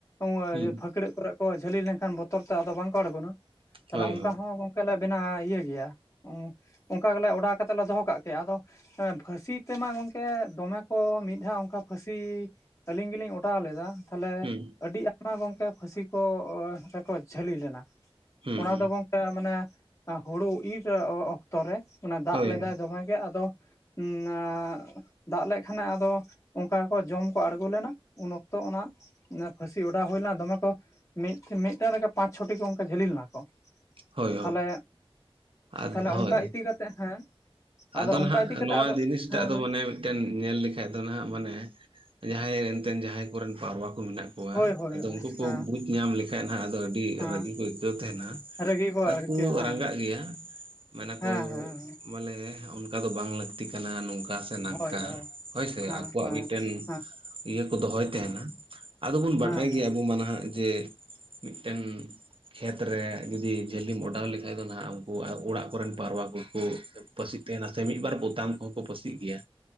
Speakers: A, on the left (about 30°); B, on the right (about 60°).
A: <inaudible>
B: ᱦᱩᱸ
A: ᱯᱷᱟᱹᱠᱲᱟᱹᱜ ᱠᱚᱨᱮ ᱠᱚ ᱡᱷᱟᱹᱞᱤ ᱞᱮᱱᱠᱷᱟᱱ ᱵᱚᱛᱚᱨ ᱛᱮ ᱟᱫᱚ ᱵᱟᱝ ᱠᱚ ᱟᱬᱜᱳᱱᱟ᱾ ᱛᱟᱦᱚᱞᱮ
B: ᱦᱳᱭ
A: ᱚᱱᱠᱟ
B: ᱦᱳᱭ
A: ᱦᱚᱸ ᱜᱚᱝᱠᱮ ᱞᱮ ᱵᱮᱱᱟᱣ ᱤᱭᱟᱹ ᱜᱮᱭᱟ᱾ <inaudible> ᱚᱝᱠᱟ ᱜᱮᱞᱮ ᱚᱰᱟᱣ ᱠᱟᱛᱮᱜ ᱞᱮ ᱫᱚᱦᱚ ᱠᱟᱜ ᱠᱮᱭᱟ, ᱟᱫᱚ ᱯᱷᱟᱹᱥᱤ ᱛᱮᱢᱟ ᱜᱚᱝᱠᱮ ᱫᱚᱢᱮ ᱠᱚ, ᱢᱤᱫ ᱫᱷᱟᱣ ᱚᱝᱠᱟ ᱯᱷᱟᱹᱥᱤ ᱟᱹᱞᱤᱧ ᱜᱮᱞᱤᱧ ᱚᱰᱟᱣ ᱞᱮᱫᱟ, ᱛᱟᱦᱚᱞᱮ
B: ᱦᱩᱸ
A: ᱟᱹᱰᱤ ᱟᱭᱢᱟ ᱜᱚᱝᱠᱮ ᱯᱷᱟᱹᱥᱤ ᱠᱚ ᱨᱮᱠᱚ ᱡᱷᱟᱹᱞᱤ ᱞᱮᱱᱟ᱾
B: ᱦᱩᱸ
A: ᱚᱱᱟ
B: ᱦᱩᱸ
A: ᱫᱚ ᱜᱚᱝ ᱠᱮ ᱢᱟᱱᱮ ᱦᱳᱲᱳ ᱤᱨ ᱚᱠᱛᱚ ᱨᱮ, ᱚᱱᱟ ᱫᱟᱜ
B: ᱦᱳᱭ
A: ᱞᱮᱫᱟᱭ ᱫᱚᱢᱮᱜ ᱜᱮ᱾ ᱟᱫᱚ <inaudible> ᱫᱟᱜ ᱞᱮᱜ ᱠᱷᱟᱱᱮ ᱟᱫᱚ, ᱚᱝᱠᱟ ᱠᱚ ᱡᱚᱢ ᱠᱚ ᱟᱬᱜᱳ ᱞᱮᱱᱟ, ᱩᱱ ᱚᱠᱛᱚ ᱚᱱᱟ ᱚᱱᱟ ᱯᱷᱟᱹᱥᱤ ᱚᱰᱟᱣ ᱦᱩᱭᱱᱟ, ᱫᱚᱢᱮ ᱠᱚ ᱢᱤᱫ ᱢᱤᱫᱴᱮᱱ ᱨᱮᱜᱮ ᱯᱟᱸᱪ ᱪᱷᱚᱴᱤ ᱠᱚ ᱚᱝᱠᱟ ᱡᱷᱟᱹᱞᱤ ᱞᱮᱱᱟ ᱠᱚ᱾
B: ᱦᱳᱭ
A: ᱛᱟᱞᱦᱮ
B: ᱦᱳᱭ ᱟᱫᱚ
A: ᱛᱟᱞᱦᱮ
B: ᱦᱳᱭ
A: ᱚᱱᱠᱟ ᱤᱫᱤ ᱠᱟᱛᱮᱜ ᱦᱮᱸ᱾
B: ᱟᱫᱚ ᱱᱟᱦᱟᱜ
A: ᱚᱱᱠᱟ ᱤᱫᱤ ᱠᱟᱛᱮᱜ
B: ᱱᱚᱣᱟ
A: ᱟᱫᱚ
B: ᱡᱤᱱᱤᱥᱴᱟᱜ
A: ᱦᱮᱸ
B: ᱫᱚ ᱢᱟᱱᱮ ᱢᱤᱫᱴᱮᱱ ᱧᱮᱞ ᱞᱮᱠᱷᱟᱡ ᱫᱚ ᱱᱟᱦᱟᱜ, ᱢᱟᱱᱮ ᱡᱟᱸᱦᱟᱸᱭ ᱨᱮᱱ ᱮᱱᱛᱮ ᱡᱟᱸᱦᱟᱸᱭ ᱠᱚᱨᱮᱱ ᱯᱟᱣᱨᱟ ᱠᱚ ᱢᱮᱱᱟᱜ ᱠᱚᱣᱟ
A: ᱦᱳᱭ ᱦᱳᱭ
B: ᱟᱫᱚ
A: ᱦᱳᱭ
B: ᱩᱱᱠᱩ ᱠᱚ
A: ᱦᱮᱸ
B: ᱵᱩᱡᱽ ᱧᱟᱢ ᱞᱮᱠᱷᱟᱡ ᱱᱟᱜ ᱟᱫᱚ ᱟᱹᱰᱤ
A: ᱦᱮᱸ
B: ᱨᱟᱹᱜᱤ ᱠᱚ ᱟᱹᱭᱠᱟᱹᱣ ᱛᱟᱦᱮᱱᱟ᱾
A: ᱨᱟᱹᱜᱤ ᱠᱚ
B: ᱟᱨᱠᱩ
A: ᱟᱨᱠᱤ ᱦᱮᱸ
B: ᱨᱟᱸᱜᱟᱜ ᱜᱮᱭᱟ, ᱢᱟᱱᱮ
A: ᱦᱮᱸ
B: ᱠᱩ
A: ᱦᱮᱸ
B: ᱢᱟᱱᱮ ᱚᱱᱠᱟ ᱫᱚ ᱵᱟᱝ ᱞᱟᱹᱠᱛᱤ ᱠᱟᱱᱟ᱾ ᱱᱚᱝᱠᱟ ᱥᱮ ᱱᱟᱝᱠᱟ
A: ᱦᱳᱭ ᱦᱳᱭ
B: ᱦᱳᱭᱥᱮ,
A: ᱦᱮᱸ
B: ᱟᱠᱚᱣᱟᱜ
A: ᱦᱮᱸ
B: ᱢᱤᱫᱴᱮᱱ
A: ᱦᱮᱸ
B: ᱤᱭᱟᱹ ᱠᱚ ᱫᱚᱦᱚᱭ ᱛᱟᱦᱮᱱᱟ᱾ ᱟᱫᱚ ᱵᱚᱱ
A: ᱦᱮᱸ
B: ᱵᱟᱰᱟᱭ ᱜᱮᱭᱟ ᱟᱵᱚ ᱢᱟ ᱱᱟᱦᱟᱜ ᱡᱮ ᱢᱤᱜᱴᱮᱱ ᱠᱷᱮᱛᱨᱮ ᱡᱩᱫᱤ ᱡᱷᱟᱹᱞᱤᱢ ᱚᱰᱟᱣ ᱞᱮᱠᱷᱟᱡ ᱫᱚ ᱱᱟᱦᱟᱜ ᱩᱱᱠᱩ ᱚᱲᱟᱜ ᱠᱚᱨᱮᱱ ᱯᱟᱣᱨᱟ ᱠᱩ ᱠᱩ ᱯᱟᱹᱥᱤ ᱛᱮ ᱱᱟᱥᱮ ᱢᱤᱜ ᱵᱟᱨ ᱯᱚᱛᱟᱢ ᱠᱚᱦᱚᱸ ᱠᱚ ᱯᱟᱹᱥᱤᱜ ᱜᱮᱭᱟ᱾